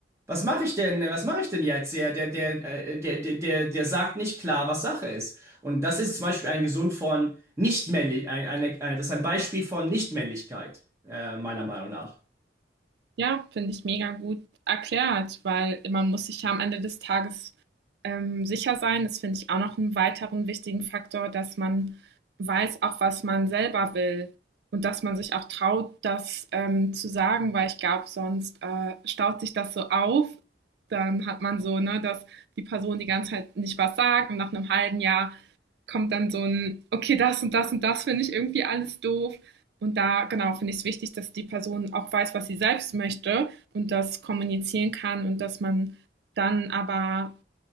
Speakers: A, on the right (about 15°); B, on the right (about 65°).
A: Was mache ich denn? äh, Was mache ich denn jetzt? Der, der, der, äh, der, der, der, der sagt nicht klar, was Sache ist. Und das ist zum Beispiel ein Gesund von Nichtmännlich, ein, eine, äh, das ist ein Beispiel von Nichtmännlichkeit, äh, meiner Meinung nach.
B: Ja, finde ich mega gut erklärt, weil man muss sich ja am Ende des Tages ähm, sicher sein. Das finde ich auch noch einen weiteren wichtigen Faktor, dass man weiß auch, was man selber will und dass man sich auch traut, das ähm, zu sagen, weil ich glaube, sonst äh, staut sich das so auf. Dann hat man so, ne, dass die Person die ganze Zeit nicht was sagt und nach einem halben Jahr kommt dann so ein, okay, das und das und das finde ich irgendwie alles doof. Und da, genau, finde ich es wichtig, dass die Person auch weiß, was sie selbst möchte und das kommunizieren kann und dass man dann aber